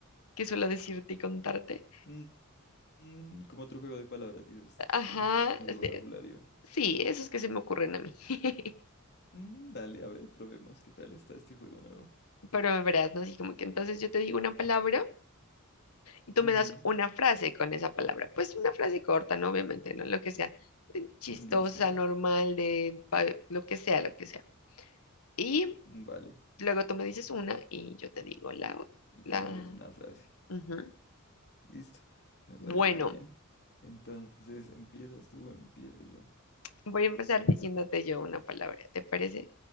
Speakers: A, on the left (about 85°); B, on the left (about 50°).
A: que suelo decirte y contarte.
B: Mm, mm, como otro juego de palabras, dices
A: Ajá,
B: tú, o de
A: este,
B: vocabulario.
A: sí, esos que se me ocurren a mí. <laughs>
B: Mm, dale, a ver, probemos qué tal está este juego nuevo.
A: Pero me verás, ¿no? Así como que entonces yo te digo una palabra y tú
B: Ujú,
A: me das una frase con esa palabra. Pues una frase corta, ¿no? Obviamente, ¿no? Lo que sea, de chistosa,
B: listo,
A: normal, de pa- lo que sea, lo que sea. Y
B: mm, vale.
A: luego tú me dices una y yo te digo la otra
B: Y tú dices una frase.
A: Ujú.
B: Listo, me parece
A: Bueno,
B: bien. Entonces, ¿empiezas tú o empiezo yo?
A: voy a empezar diciéndote yo una palabra, ¿te parece?